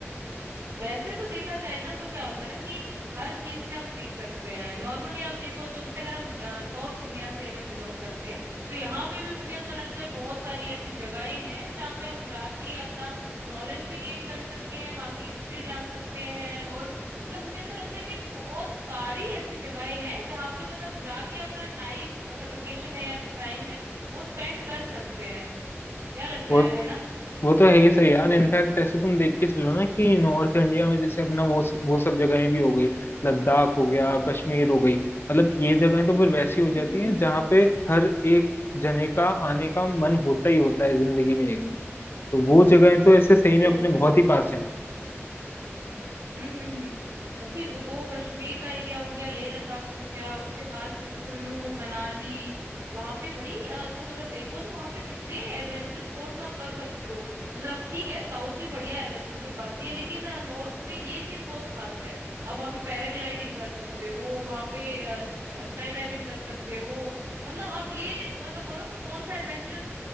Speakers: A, on the right; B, on the left.
A: वैसे तो देखा जाए ना तो क्या होता है ना कि हर चीज से हम सीख सकते हैं नॉर्मली आप देखो तो जैसे अगर हम नॉर्थ इंडिया से अगर बिलोंग करते हैं तो यहाँ पे भी मुझे ऐसा लगता है बहुत सारी ऐसी जगहें हैं जहाँ पे हम जाके अपना नॉलेज भी गेन कर सकते हैं वहाँ की हिस्ट्री जान सकते हैं और मतलब मुझे ऐसा लगता है कि बहुत सारी ऐसी जगहें हैं जहाँ पे मतलब हम जाके अपना टाइम अगर वेकेशन है या फिर टाइम है वो स्पेंड कर सकते हैं क्या लगता
B: वो
A: है है ना
B: वो तो है ही सही यार इनफैक्ट ऐसे तुम देख के चलो ना कि नॉर्थ इंडिया में जैसे अपना वो वो सब जगहें भी हो गई लद्दाख हो गया कश्मीर हो गई मतलब ये जगहें तो फिर वैसी हो
A: हम्म
B: जाती
A: हम्म
B: हैं जहाँ
A: हम्म।
B: पे हर एक जने का आने का मन होता ही होता है जिंदगी में एक बार। तो वो जगहें तो ऐसे सही में
A: बिल्कुल
B: अपने बहुत ही पास है
A: हम्म हम्म हम्म। अभी वो कश्मीर का एरिया हो गया लेह लद्दाख हो गया उसके पास जैसे कुल्लू मनाली वहां पे भाई अ, तुम अगर देखो तो वहां पे कितने एडवेंचर स्पॉट्स आप कर सकते हो मतलब ठीक है साउथ भी बढ़िया है वैसे तो कोई बात नहीं है लेकिन नॉर्थ में ये चीज बहुत खास है अब वहां पे पैराग्लाइडिंग कर सकते हो वहां पे स्काई डाइविंग कर सकते हो मतलब आप ये मतलब बोलो कि कौन सा एडवेंचरस